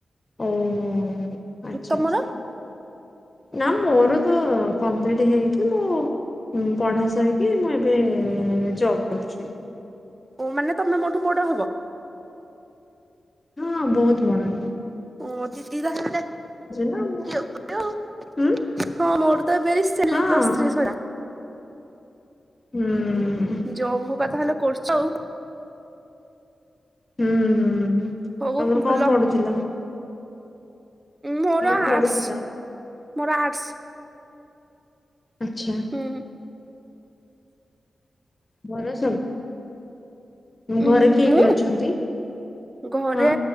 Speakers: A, on the left (about 30°); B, on the right (about 30°).
A: ଉୁଁ ହୁଁ ଆଚ୍ଛା
B: ତମର
A: ଆଛା। ନା ମୋର ତ କମ୍ପ୍ଲିଟ ହେଇକି ମୁଁ ମୁଁ ପଢ଼ା ସାରିକି ମୁଁ ଏବେ ଜବ୍ କରୁଛି।
B: ଓ ମାନେ ତମେ ମାନେ ମୋଠୁ ବଡ଼ହବ?
A: ହଁ ବହୁତ ବଡ଼ହେବି।
B: ଓ ଦିଦି ତାହେଲେ ଡାକି
A: ନା ମୁଁ
B: ବି ଆଉ
A: ହୁଁ
B: ହଁ ମୋର ତ ଏବେଏଇ ରିସେଣ୍ଟଲି
A: ହଁ।
B: ପ୍ଲସର୍ଥୀ ସରିଲା।
A: ହୁଁ ଉଁ।
B: ଜବ ତାହେଲେ କରୁଛ ଆଉ।
A: ହୁଁ ହୁଁ ହୁଁ,
B: ହଉ
A: ତମର
B: ଭଲ
A: କଣ ପଡୁଥିଲା?
B: ମୋର
A: କଣ ପଡୁଥିଲା?
B: ଆର୍ଟସ ମୋର ଆର୍ଟସ
A: ଆଛା,
B: ଉଁ
A: ଭଲ ସବୁ।
B: ଉଁ
A: ଘରେ କିଏ
B: ମୁଁ
A: କିଏ ଅଛନ୍ତି?
B: ଘରେ
A: ହଁ।